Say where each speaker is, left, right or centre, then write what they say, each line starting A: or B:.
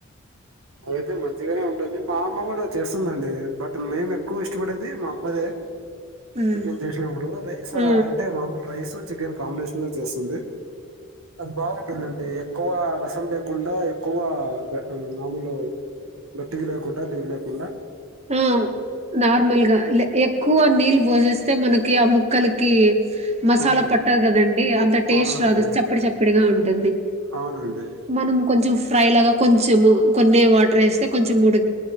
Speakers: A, on the right; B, on the right.
A: అదైతే మంచిగానే ఉంటుంది. మా అమ్మ కూడా చేస్తుందండి. బట్ మేము ఎక్కువ ఇష్టపడేది మా అమ్మదే.
B: హ్మ్.
A: చికెన్ చేసినప్పుడు రైస్
B: ఆ
A: అంటే మామూలు రైస్. చికెన్ కాంబినేషన్ లో చేస్తుంది. అది బాగుంటుందండి ఎక్కువ. లేకుండా ఎక్కువ మాములు. గట్టికి లేకుండా లే కుండా
B: ఆ నార్మల్గా ఎక్కువ నీళ్లు భోజిస్తే మనకి ఆ ముక్క కి మసాలా
A: ఆ
B: పట్టదు కదండి అంత టేస్ట్
A: అవునండి
B: రాదు చప్పడి చప్పడిగా ఉంటుంది.
A: అవునండి
B: మనం కొంచెం ఫ్రై లాగా కొంచెం కొన్ని వాటర్ వేస్తే కొంచెం ఉడికి